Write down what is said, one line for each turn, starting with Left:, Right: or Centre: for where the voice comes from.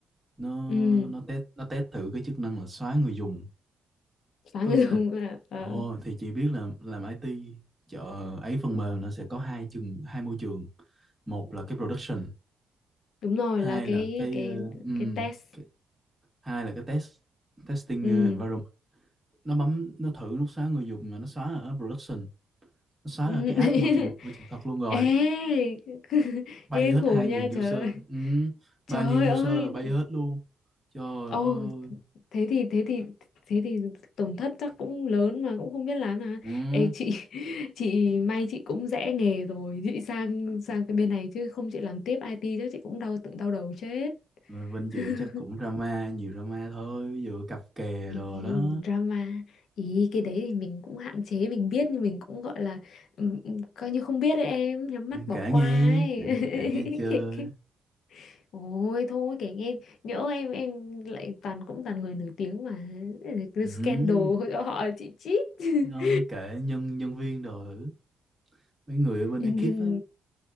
Right: nó
Left: Ừ.
Right: nó test nó test thử cái chức năng là xóa người dùng
Left: phá
Right: có
Left: người
Right: nghĩa
Left: dùng
Right: là
Left: à, ờ,
Right: ồ thì chị biết là làm IT chợ ấy phần mềm nó sẽ có hai chừng hai môi trường một là cái production
Left: đúng rồi
Right: hai
Left: là cái
Right: là cái
Left: cái
Right: ờ, ừm,
Left: cái test
Right: cái, hai là cái test testing
Left: ừ.
Right: ờ, environment nó bấm nó thử nó xóa người dùng mà nó xóa ở production nó xóa
Left: Ừ.
Right: ở cái
Left: <laughs>
Right: app môi trường môi trường thật luôn rồi
Left: ê <laughs>
Right: bay
Left: nghe
Right: hết
Left: khổ
Right: hai 000
Left: nha trời
Right: user Ừm, bao
Left: trời
Right: nhiêu
Left: ơi
Right: user là bay hết luôn trời
Left: ồ
Right: ơi
Left: thế thì thế thì thế thì tổn thất chắc cũng lớn mà cũng không biết làm à
Right: Ừm,
Left: ê chị <laughs> chị may chị cũng rẽ nghề rồi chị sang sang cái bên này chứ không chị làm tiếp IT chắc chị cũng đau tự đau đầu chết
Right: rồi bên
Left: <laughs>
Right: chị chắc cũng drama nhiều drama thôi ví dụ cặp kè
Left: Thì,
Right: đồ
Left: thì
Right: đó
Left: drama ý cái đấy thì mình cũng hạn chế mình biết nhưng mình cũng gọi là ừm, ừm, coi như không biết đấy em nhắm mắt bỏ
Right: kể
Left: qua
Right: nghe
Left: ấy
Right: kể kể nghe chơi
Left: <laughs> Kệ- ôi thôi kể nghe nhỡ em em lại toàn cũng toàn người nổi tiếng mà Cái
Right: Ừm,
Left: scandal cho họ chị chít <laughs>
Right: ờ, kể nhân nhân viên đồ thử mấy người ở bên
Left: nhân
Right: ekip
Left: viên
Right: á